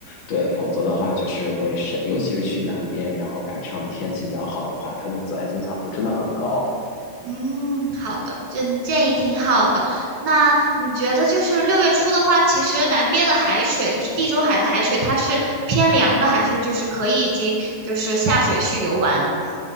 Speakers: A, on the left; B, on the right.
A: 对，否则的话就是会晒，尤其是去南边，然后赶上天气比较好的话，它的紫外线强度真的很高。
B: 嗯，好的，这你建议挺好的。那你觉得就是六月初的话，其实南边的海水，就是地中海的海水，它是偏凉的，还是就是可以已经就是下水去游玩了呢？